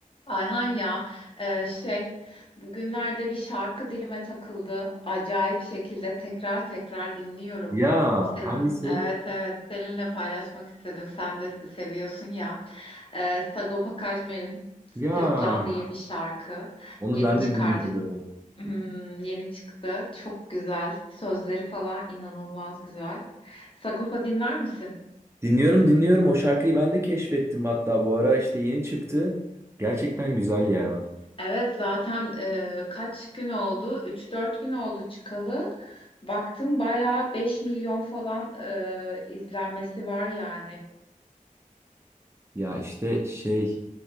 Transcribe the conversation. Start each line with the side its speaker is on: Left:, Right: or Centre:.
Left: Ayhan ya e, şey bugünlerde bir şarkı dilime takıldı. Acayip şekilde tekrar tekrar dinliyorum.
Right: Ya
Left: Senin
Right: hangisi?
Left: evet evet seninle paylaşmak istedim. Sen de seviyorsun ya. E, Sagopa Kajmer'in
Right: Ya
Left: Sırtlan diye bir şarkı
Right: onu
Left: yeni
Right: ben
Left: çıkardı.
Right: de dinliyorum.
Left: Hmm, yeni çıktı. Çok güzel. Sözleri falan inanılmaz güzel. Sagopa dinler misin?
Right: Dinliyorum dinliyorum o şarkıyı ben de keşfettim hatta bu ara işte yeni çıktı. Gerçekten güzel ya.
Left: Evet zaten e, kaç gün oldu? Üç dört gün oldu çıkalı. Baktım bayağı 5 milyon falan e, izlenmesi var yani.
Right: Ya işte şey